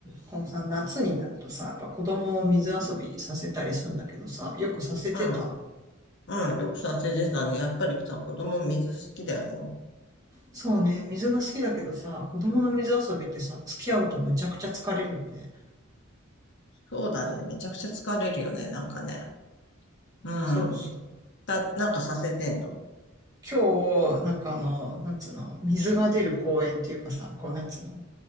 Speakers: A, on the right (about 20°); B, on the left (about 60°).
A: こうさ、夏になるとさ、やっぱ子供を水遊びさせたりするんだけどさ、よくさせてた
B: うん、うん、よくさせてたね。やっぱりさ、子供水好きだよね。
A: そうね、水が好きだけどさ、子供の水遊びってさ、付き合うとむちゃくちゃ疲れるよね。
B: そうだね。めちゃくちゃ疲れるよね、なんかね。うん。
A: そうそう。
B: だ、なんかさせてんの。
A: 今日、なんかあの、なんつうの、水が出る公園っていうかさ、こうなんつうの、